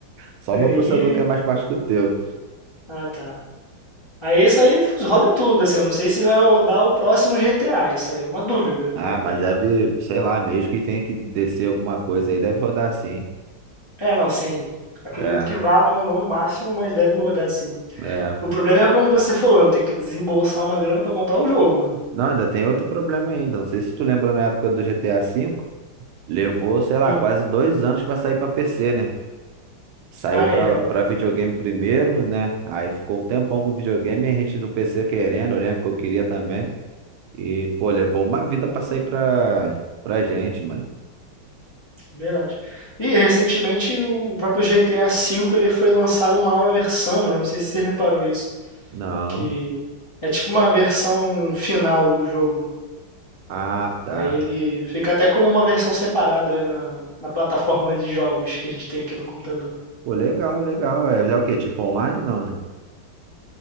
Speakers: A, on the right; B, on the left.
A: Só
B: Aí,
A: meu processador que é mais baixo que o teu.
B: ah tá. Aí isso aí roda tudo, assim, eu não sei se vai rodar o próximo GTA, isso aí é uma dúvida.
A: Ah, mas deve, sei lá, mesmo que tenha que descer alguma coisa aí, deve rodar sim.
B: É, não, sim. Acredito
A: É,
B: que vá, não, não no máximo, mas deve rodar sim.
A: é.
B: O problema é como você falou, né, tem que desembolsar uma grana pra comprar o jogo.
A: Não, ainda tem outro problema ainda. Não sei se tu lembra na época do GTA V, levou, sei lá,
B: Hum.
A: quase dois anos pra sair pra PC, né? Saiu
B: Ah,
A: pra,
B: é, é
A: pra videogame primeiro, né? Aí ficou um tempão com videogame, e a gente do PC querendo, eu lembro que eu queria também. E, pô, levou uma vida pra sair pra, pra gente, mano.
B: verdade. E recentemente o próprio GTA V ele foi lançado uma nova versão, né? Não sei se você reparou isso.
A: Não.
B: Que é tipo uma versão final do jogo.
A: Ah, tá.
B: Aí ele fica até como uma versão separada na, na plataforma de jogos que a gente tem aqui no computador.
A: Pô, legal, legal. É, é o quê? Tipo online? Não, né?